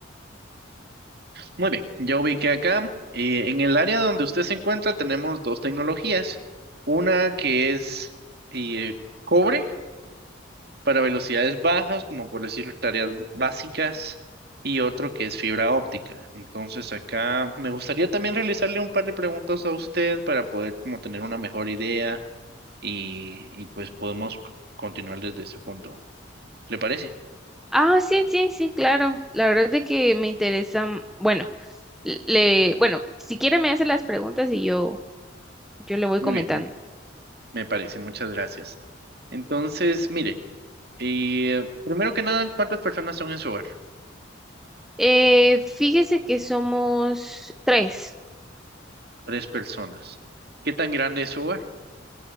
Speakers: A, on the right; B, in the centre.
A: Muy bien, ya ubiqué acá. Eh, en el área donde usted se encuentra tenemos dos tecnologías. Una que es eh, cobre para velocidades bajas, como por decir tareas básicas, y otro que es fibra óptica. Entonces acá me gustaría también realizarle un par de preguntas a usted para poder como tener una mejor idea y, y pues podemos c- continuar desde ese punto. ¿Le parece?
B: Ah, sí, sí, sí, claro. La verdad es que me interesa, m- bueno, le, bueno, si quiere me hace las preguntas y yo, yo le voy
A: Muy
B: comentando.
A: bien, muy bien. Me parece, muchas gracias. Entonces, mire, eh, primero que nada, ¿cuántas personas son en su hogar?
B: Eh, fíjese que somos tres.
A: Tres personas. ¿Qué tan grande es su hogar?